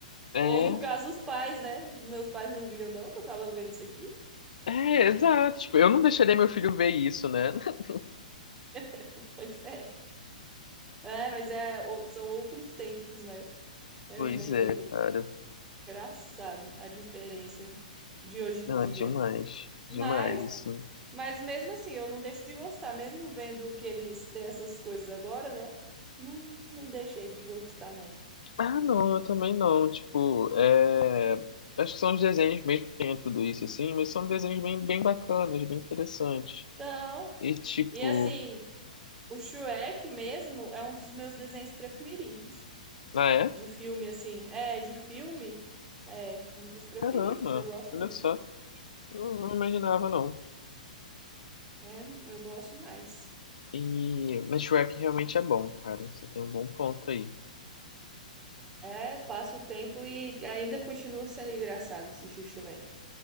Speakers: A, on the left; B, on the right.
A: é,
B: Ou no caso, os pais, né? Meus pais não viam, não, que eu tava vendo isso aqui.
A: é, exato. Tipo, eu não deixaria meu filho ver isso, né? <laughs>
B: <laughs> Pois é. É, mas é, o- são outros tempos, né? É
A: Pois
B: bem
A: é,
B: é
A: cara.
B: engraçado a diferença de hoje
A: Não,
B: em dia.
A: é demais.
B: Mas,
A: Demais, assim.
B: mas mesmo assim, eu não deixo de gostar, mesmo vendo que eles têm essas coisas agora, né? Não, não deixei de gostar, não.
A: Ah, não, eu também não. Tipo, é. Acho que são os desenhos mesmo que tem tudo isso, assim, mas são desenhos bem, bem bacanas, bem interessantes.
B: Então,
A: E tipo,
B: e assim, o Shrek mesmo é um dos meus desenhos preferidos.
A: ah, é?
B: De filme, assim. É, de filme, é um dos preferidos.
A: Caramba,
B: Eu gosto
A: olha
B: muito.
A: só. Não, não imaginava, não.
B: É, eu gosto demais.
A: E, mas Shrek realmente é bom, cara. Você tem um bom ponto aí.
B: É, passa o tempo e ainda continua sendo engraçado assistir Shrek.